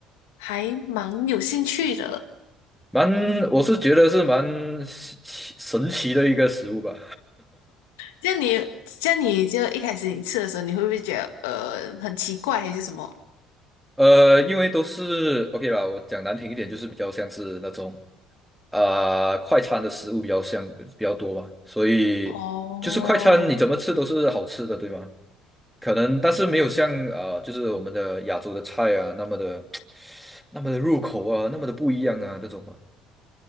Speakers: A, on the left; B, in the centre.
A: 还蛮有兴趣的。
B: 蛮，我是觉得是蛮神奇神奇的一个食物吧。
A: 像你，像你就一开始你吃的时候，你会不会觉得呃很奇怪还是什么？
B: 呃，因为都是 OK 啦，我讲难听一点，就是比较像是那种啊、快餐的食物比较像比较多吧，所以就是快餐你怎么吃都是好吃的，
A: 哦，
B: 对吗？可能但是没有像呃，就是我们的亚洲的菜啊那么的 <tsk> 那么的入口啊，那么的不一样啊这种嘛。